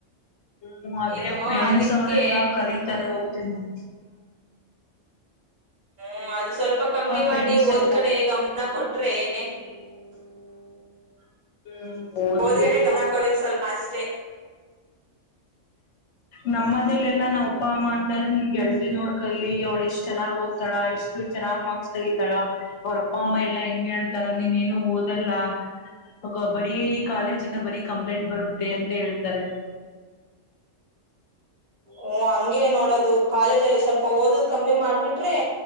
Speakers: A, on the left (about 70°); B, on the right (about 40°).
A: ಹ್ಮ್ ಅದೇ
B: ನೀನು
A: ಫ್ರೆಂಡ್ಸ್
B: ಅದಿಕ್ಕೆ
A: ಅವ್ರೆಲ್ಲಾ ಕರೀತಾರೆ ಹೋಗ್ತನಿ ಹ್ಮ.
B: ಹ್ಮ ಅದು ಸ್ವಲ್ಪ ಕಮ್ಮಿ
A: ಫ್ರೆಂಡ್ಸ್
B: ಮಾಡಿ ಓದ್
A: ಎಲ್ಲ
B: ಕಡೆ ಗಮ್ನ ಕೊಟ್ರೆ. <unintelligible>
A: ಹ್ಮ್ ಓದ್ಬೇಕು,
B: ಓದಿ ಕಡೆ ಗಮನ ಕೊಡ್ಬೇಕಕ್ ಸ್ವಲ್ಪ ಅಷ್ಟೇ
A: ನಮ್ ಮನೇಲೆ ಲ್ಲಾ ನಾವ್ ಅಪ್ಪ ಅಮ್ಮ ಅಂತಾರ ನಿನ್ ಗೆಳ್ತಿನ್ ನೋಡ್ಕಲಿ ಅವ್ಳು ಎಷ್ಟ್ ಚೆನ್ನಾಗ್ ಓದ್ತಾಳ ಇಷ್ಟ ಚೆನ್ನಾಗ್ ಮಾರ್ಕ್ಸ್ ತಗಿತಾಳ ಅವ್ರ ಅಪ್ಪ ಅಮ್ಮ ಎಲ್ಲಾ ಹೆಂಗ್ ಹೇಳ್ತಾರ ನೀನೇನು ಓದಲ್ಲ. ಆಗೋ ಬರೀ ಕಾಲೇಜಿಂದ ಬರಿ ಕಂ ಪ್ಲಂಟ್ ಬರುತ್ತೆ ಅಂತ ಹೇಳ್ತಾರೆ.
B: ಓ ಹಂಗೆ ನೋಡದು ಕಾಲೇಜಲ್ಲಿ ಸ್ವಲ್ಪ ಓದದ್ ಕಮ್ಮಿ ಮಾಡ್ಬಿಟ್ರೆ